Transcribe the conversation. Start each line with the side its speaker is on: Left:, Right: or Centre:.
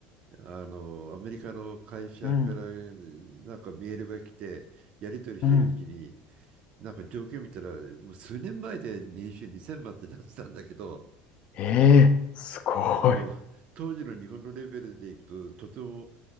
Right: あの、アメリカの会社から
Left: うん、
Right: なんかメールが来て、やり取りしてるうちに、
Left: うん。
Right: なんか状況見たら、もう数年前で年収2000万ってなってたんだけど、
Left: ええすごい。
Right: あの、当時の日本のレベルでいくと、とても